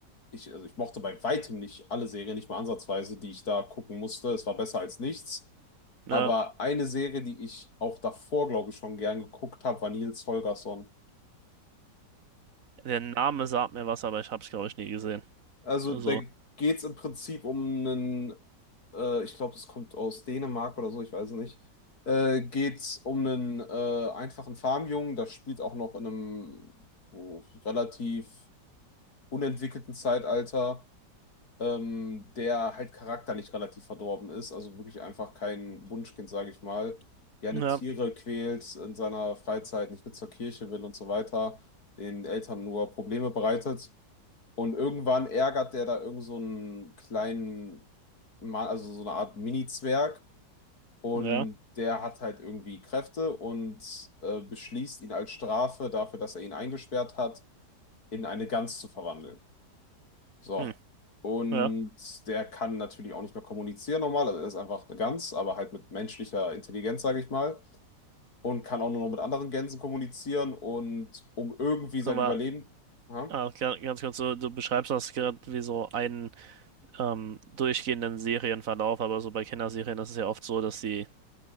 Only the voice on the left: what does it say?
ich, also ich mochte bei weitem nicht alle Serien, nicht mal ansatzweise, die ich da gucken musste. Es war besser als nichts.
Aber eine Serie, die ich auch davor, glaube ich, schon gern geguckt habe, war Nils Holgersson.
Also
da geht's im Prinzip um einen, äh, ich glaube, es kommt aus Dänemark oder so, ich weiß es nicht. Äh, geht's um einen äh, einfachen Farmjungen, das spielt auch noch in einem oh, relativ unentwickelten Zeitalter ähm, der halt charakterlich relativ verdorben ist, also wirklich einfach kein Wunschkind, sage ich mal, gerne
Tiere quält in seiner Freizeit, nicht mit zur Kirche will und so weiter, den Eltern nur Probleme bereitet. Und irgendwann ärgert der da irgend so einen kleinen Mann, also so eine Art Mini-Zwerg. Und
der hat halt irgendwie Kräfte und äh, beschließt ihn als Strafe dafür, dass er ihn eingesperrt hat, in eine Gans zu verwandeln. So.
Und
der kann natürlich auch nicht mehr kommunizieren normal. Also er ist einfach eine Gans, aber halt mit menschlicher Intelligenz, sage ich mal. Und kann auch nur noch mit anderen Gänsen kommunizieren und um irgendwie sein
Überleben. Ja.